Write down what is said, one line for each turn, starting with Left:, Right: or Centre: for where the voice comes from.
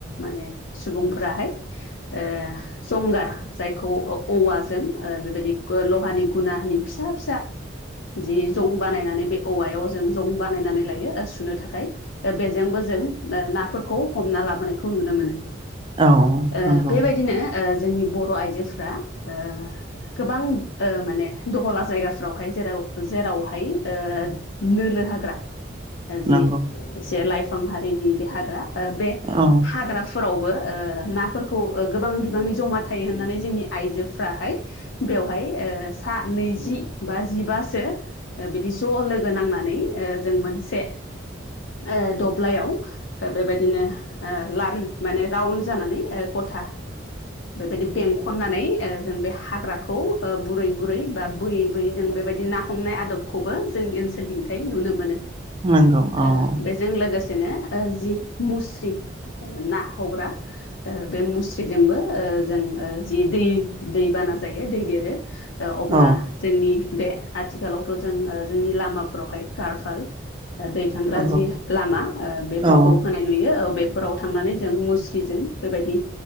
Left: माने सुबुंफोराहाय ओ जंगार जायखौ औ-औवाजों ओ बेबायदि लहानि गुनानि फिसा फिसा जि जं बानायनानै बे औवायाव जों जं बानायनानै लायो सुनो थाखाय। ओ बेजोंबो जों ओ नाफोरखौ हमना लाबोनायखौ नुनो मोनो।
Right: औ
Left: ओ
Right: नंगौ
Left: बेबायदिनो ओ जोंनि बर' आइजोफ्रा ओ गोबां ओ माने दहला जायगाफ्रावहाय जेराव जेरावहाय ओ नोलो हाग्रा ओ जि
Right: नंगौ
Left: एसे लाइफां हारिनि बे हाग्रा ओ बे
Right: औ
Left: हाग्रा फोरावबो ओ नाफोरखौ ओ गोबां बिबांनि जमा थायो होननानै जोंनि आइजोफ्राहाय बेवहाय ओ सा नैजि बा जिबासो ओ बिदि ज' लोगो नांनानै ओ जों मोनसे ओ दब ब्लाइयाव ओ बेबायदिनो ओ लारि माने राउन्ड जानानै ओ गथा
Right: <inaudible>
Left: बेबायदि बेंख खननानै ओ जों बे हाग्राखौ ओ बुरै बुरै बा बोयै बोयै जों बेबायदि ना हमनाय आदब खौबो जों ओनसोलनिंथाय नुनो मोनो।
Right: नंगौ
Left: ओ
Right: औ
Left: बेजों लोगोसे नो ओ जि मुस्रि ओ ना हग्रा, ओ बे मुस्रि जोंबो ओ जों ओ जि दै दै बाना जायो दै देरो, अब्ला
Right: औ
Left: जोंनि बे आथिखालावथ' जों ओ जोंनि लामाफोरावहाय कारफाल ओ दै थांग्रा
Right: नंगौ
Left: जि लामा ओ बेफोरखौ
Right: औ
Left: होन नाय नुयो। औ बेफोराव थांनानै जों मुस्रिजों बेबायदि